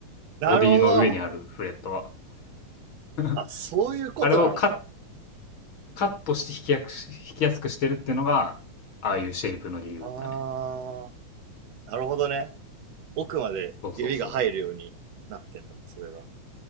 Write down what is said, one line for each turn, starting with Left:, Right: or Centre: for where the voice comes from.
Right: なるほど
Left: ボディの上にあるフレットは。<laughs>
Right: あ、そういうことなのか。
Left: あれをカッカットして引きやすく引きやすくしてるっていうのが、ああいうシェイプの理由だね。
Right: あー。なるほどね。奥まで指が入るようになってんだ、
Left: そうそうそう。
Right: それが。